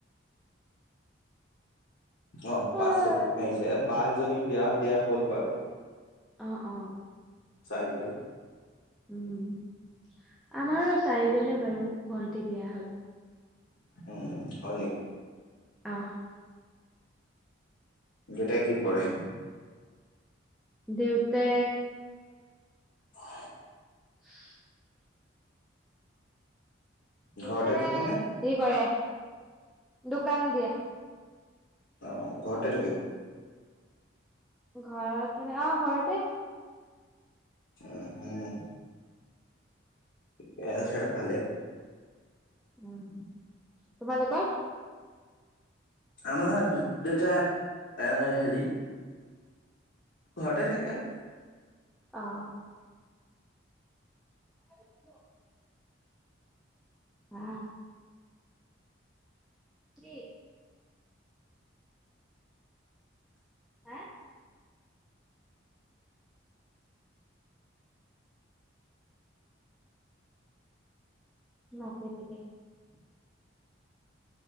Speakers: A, on the left; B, in the centre.
A: অহ'
B: অ',
A: পাঁচ ছয় জনী আহিছে, বা এজনী বিয়া দিয়া হ'ল বাৰু।
B: অহ' অহ'।
A: চাই বা।
B: উম' আমাৰ চাৰিজনে বাৰু ভণ্টি বিয়া হ'ল।
A: উম' হয় নেকি?
B: অহ'।
A: দেউতাই কি কৰে?
B: দেউতা
A: <unintelligible>
B: <unintelligible> দেউতায়ে
A: ঘৰতে
B: হেৰি
A: থাকে নে
B: কৰে, দোকান দিয়ে।
A: অহ' ঘৰতে থাকে।
B: ঘৰত মানে, অহ' ঘৰতে।
A: উম', উম'। ঠিকে আছে ভালে।
B: উম'। তোমালোকৰ?
A: আমাৰ দেউতাই এই হেৰি ঘৰতে থাকে।
B: অহ'। <unintelligible> অহ'। কি। হা। <unintelligible>